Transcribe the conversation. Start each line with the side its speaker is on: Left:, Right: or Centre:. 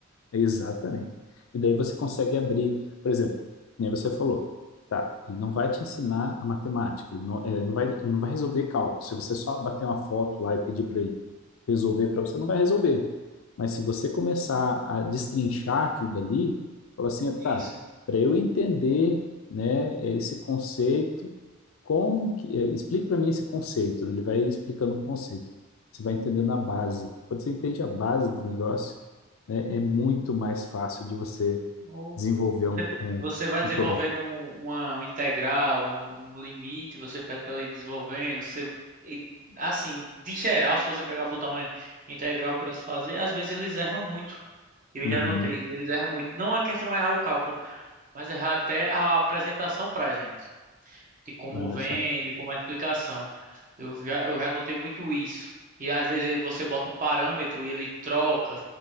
Left: Exatamente. E daí você consegue abrir, por exemplo, nem você falou, tá, ele não vai te ensinar a matemática, ele não, eh, não vai, ele não vai resolver cálculo. Se você só bater uma foto lá e pedir para ele resolver para você, não vai resolver. Mas se você começar a destrinchar aquilo dali, falar assim, tá,
Right: Isso.
Left: para eu entender, né, esse conceito, como que, eh, explica para mim esse conceito, ele vai explicando o conceito. Você vai entendendo a base. Quando você entende a base do negócio, é, é muito mais fácil de você
Right: Ou
Left: desenvolver
Right: Você,
Left: um, um,
Right: você vai
Left: um
Right: desenvolvendo
Left: problema.
Right: um- uma, um integral, um, um limite, você pede para ele ir desenvolvendo. Você, e, assim, de geral, se você pegar botar uma integral para eles fazer, às vezes eles erram muito. Eu
Left: Uhum,
Right: já notei, eles erram muito. Não é questão de errar o cálculo, mas errar até a apresentação para a gente, de como
Left: olha
Right: vem,
Left: só.
Right: de como é a explicação. Eu já, eu já notei muito isso. E às vezes você bota um parâmetro e ele troca.